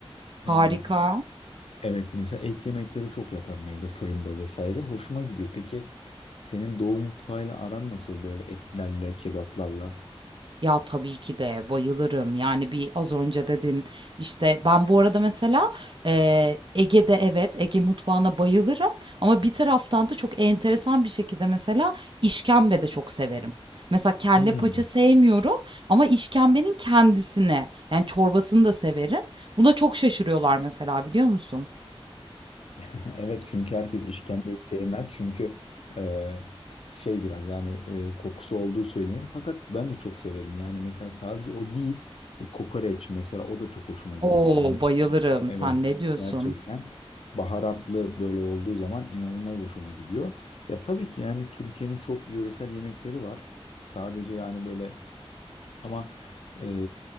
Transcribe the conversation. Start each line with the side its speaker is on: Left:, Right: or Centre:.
Left: e,
Right: Harika.
Left: Evet mesela et yemekleri çok yaparım evde fırında vesaire. Hoşuma gidiyor. Peki senin doğu mutfağıyla aran nasıl böyle etlerle, kebaplarla?
Right: Ya, tabii ki de bayılırım. Yani, bir az önce dedin, işte, ben bu arada mesela, eee, Ege'de evet, Ege mutfağına bayılırım ama bir taraftan da çok enteresan bir şekilde mesela işkembe de çok severim. Mesela kelle
Left: Hmm.
Right: paça sevmiyorum ama işkembenin kendisine yani, çorbasını da severim. Buna çok şaşırıyorlar mesela biliyor musun?
Left: <laughs> Evet çünkü herkes işkembeyi sevmez. Çünkü e, şey biraz yani e, kokusu olduğu söylenir. Fakat ben de çok severim. Yani mesela sadece o değil e, kokoreç mesela o da çok hoşuma gider.
Right: Oo
Left: Yani
Right: Bayılırım.
Left: Evet,
Right: Sen ne diyorsun?
Left: gerçekten baharatlı böyle olduğu zaman inanılmaz hoşuma gidiyor. Ya tabii ki yani Türkiye'nin çok yöresel yemekleri var. Sadece yani böyle ama e,